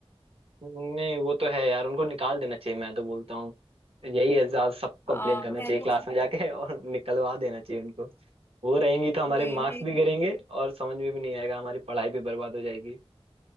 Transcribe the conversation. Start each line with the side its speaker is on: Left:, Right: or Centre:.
Right: नहीं वो तो है यार उनको निकाल देना चाहिए मैं तो बोलता हूँ यही है ज्यादा सब कंप्लेन
Left: आ,
Right: करना
Left: मैं
Right: चाहिए क्लास
Left: तो
Right: में जाके और <laughs> निकलवा देना चाहिए उनको वो रहेंगी तो हमारे
Left: वही
Right: मार्क्स
Left: में
Right: भी गिरेंगे और समझ में भी नहीं आएगा हमारी पढ़ाई भी बर्बाद हो जाएगी